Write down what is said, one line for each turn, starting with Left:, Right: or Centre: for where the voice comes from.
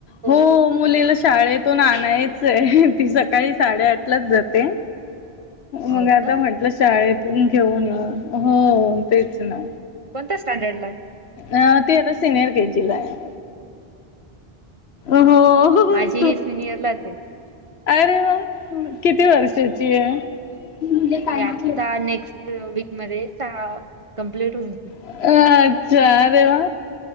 Left: हो
Right: सर्व
Left: मुलीला
Right: आवरलं.
Left: शाळेत तो नाना आहेच आहे ती सकाळी साडेआठलाच जाते मग
Right: हो
Left: आता
Right: का
Left: म्हट आप शाळेतून घेऊन येऊन हो तेच ना
Right: कोणत्या स्टँडर्ड ला
Left: अ ती आता सिनियर के जी ला आहे. हो
Right: माझी ही सिनियर लाच आहे.
Left: अे वा किती वर्षाची आहेण
Right: ती
Left: काय म्हट
Right: आता नेक्स्ट वीक मध्ये सहा कंप्लीट होनची.
Left: अ अच्छा अरे वा